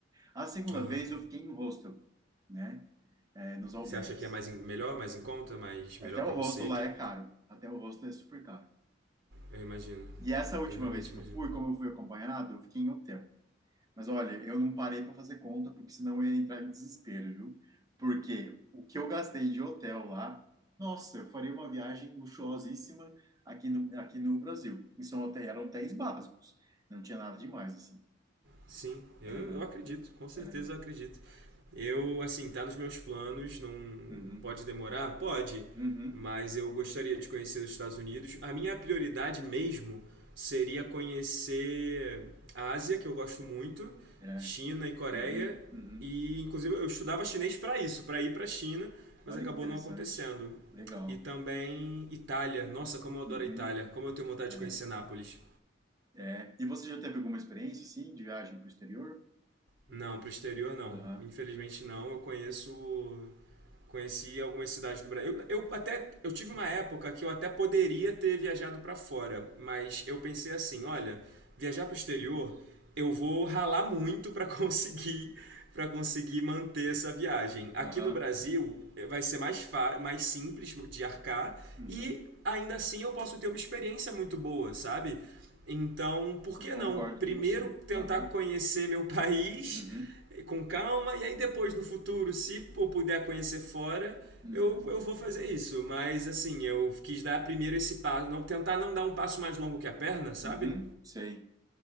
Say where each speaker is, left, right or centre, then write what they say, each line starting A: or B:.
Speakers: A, on the right (about 20°); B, on the right (about 75°).
A: A segunda
B: Aham.
A: vez, eu fiquei em hostel, né? É, nos albergues.
B: Você acha que é mais em- melhor, mais em conta, mais
A: Até
B: melhor
A: o
B: pra
A: hostel
B: você?
A: lá
B: Que
A: é caro. Até o hostel é super caro.
B: eu imagino.
A: E essa última
B: Eu realmente
A: vez que
B: imagino.
A: eu fui, como eu fui acompanhado, eu fiquei em hotel. Mas olha, eu não parei para fazer conta, porque senão eu ia entrar em desespero, viu? Porque o que eu gastei de hotel lá, nossa, eu faria uma viagem luxuosíssima aqui no, aqui no Brasil. E são hotéis, eram hotéis básicos, não tinha nada demais, assim.
B: Sim, eu,
A: Aham,
B: eu acredito, com certeza
A: é,
B: eu acredito. Eu, assim, tá nos meus planos, não
A: uhum,
B: pode demorar? Pode,
A: uhum,
B: mas eu gostaria de conhecer os Estados Unidos. A minha prioridade mesmo seria conhecer a Ásia, que eu gosto muito,
A: é,
B: China e Coreia,
A: uhum, uhum.
B: e inclusive eu estudava chinês para isso, para ir para a China, mas
A: Olha
B: acabou
A: que interessante,
B: não acontecendo.
A: legal.
B: E também Itália. Nossa, como eu adoro
A: Uhum,
B: a Itália. Como eu tenho vontade
A: é,
B: de conhecer Nápoles.
A: é. E você já teve alguma experiência, assim, de viagem para o exterior?
B: Não, pro exterior não.
A: Aham,
B: Infelizmente não. Eu conheço Conheci algumas cidades do Brasil. Eu, eu até eu tive uma época que eu até poderia ter viajado para fora, mas eu pensei assim, olha, viajar para o exterior, eu vou ralar muito para <laughs> conseguir para conseguir manter essa viagem. Aqui
A: aham,
B: no Brasil eh, vai ser mais, fa- mais simples de arcar
A: uhum.
B: e ainda assim eu posso ter uma experiência muito boa, sabe? Então, por
A: Eu
B: que
A: concordo
B: não primeiro
A: com você.
B: tentar
A: Aham.
B: conhecer meu <laughs> país
A: Uhum,
B: com calma, e aí depois no futuro, se eu puder conhecer fora,
A: uhum,
B: eu, eu vou fazer isso. Mas assim, eu quis dar primeiro esse passo, não, tentar não dar um passo mais longo que a perna, sabe?
A: uhum, sei.